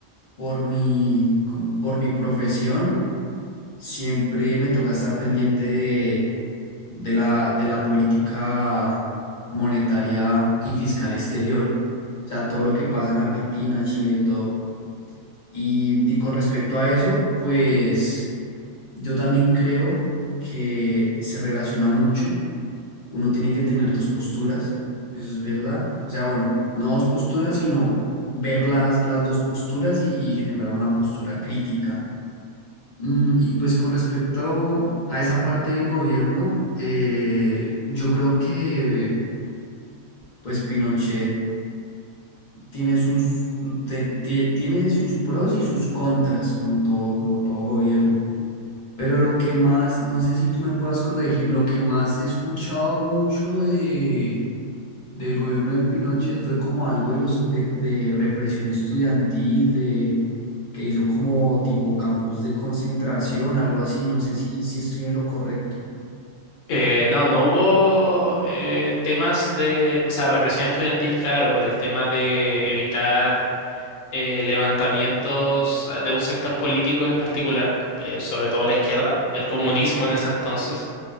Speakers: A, on the left; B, on the left.
A: por mi, com- por mi profesión siempre me toca estar pendiente de, de la, de la política monetaria y fiscal exterior. O sea, todo lo que pasa en Argentina, Chile y todo. Y, y con respecto a eso, pues yo también creo que se relaciona mucho. Uno tiene que tener dos posturas, eso es verdad. O sea, bueno, no dos posturas, sino ver las, las dos posturas y, y generar una postura crítica. Mm, y pues con respecto a esa parte del gobierno, eh, yo creo que eh, pues Pinochet tiene sus, te- ti- tiene sus pros y sus contras, como todo, como todo gobierno. Pero lo que más, no sé si tú me puedas corregir, lo que más he escuchado mucho de, del gobierno de Pinochet fue como algo de los de, de represión estudiantil, de que hizo como tipo campos de concentración, algo así, no sé si, si estoy en lo correcto.
B: Eh, no, no hubo eh, temas de, o sea, represión estudiantil, claro, por el tema de evitar eh, levantamientos ah, de un sector político en particular, eh, sobre todo la izquierda, el comunismo en ese entonces,